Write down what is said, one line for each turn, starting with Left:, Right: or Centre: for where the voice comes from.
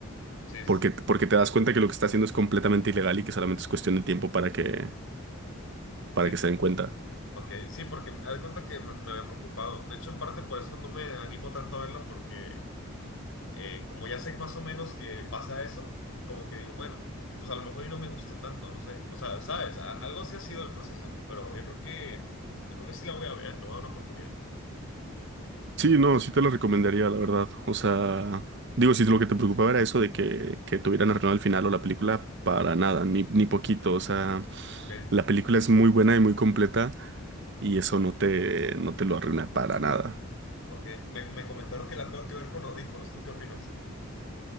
Left: sí, sí.
Right: porque, porque te das cuenta que lo que está haciendo es completamente ilegal y que solamente es cuestión de tiempo para que, para
Left: Sí,
Right: que
Left: sí,
Right: se den
Left: sí.
Right: cuenta.
Left: ok, sí, porque me- haz de cuenta que me, me había preocupado. De hecho, en parte por eso no me animo tanto a verla, porque eh, como ya sé más o menos que pasa eso, como que digo, bueno, pues a lo mejor y no me gusta tanto, no sé. O sea, sabes, A- algo sí ha sido el proceso, pero yo creo que, yo creo que sí la voy a ver, no voy a dar una oportunidad.
Right: Sí, no, sí te lo recomendaría, la verdad. O sea, digo, si lo que te preocupaba era eso de que, que tuvieran arruinado el final o la película, para nada, ni, ni poquito. O sea,
Left: Ok,
Right: la película es muy buena y muy completa. y eso no te, no te lo arruina para nada.
Left: ok. Me, me comentaron que la tengo que ver con audífonos. ¿Tú qué opinas?